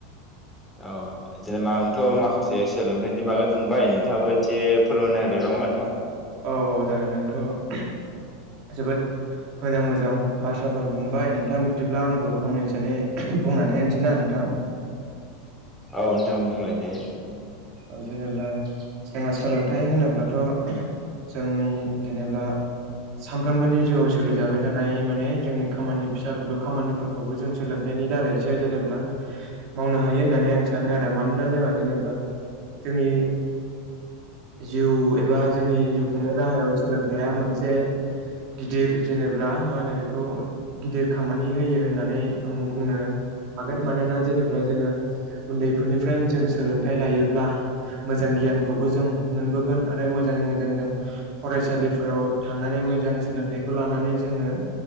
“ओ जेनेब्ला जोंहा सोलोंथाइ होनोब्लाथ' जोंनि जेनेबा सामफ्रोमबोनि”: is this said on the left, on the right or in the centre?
Right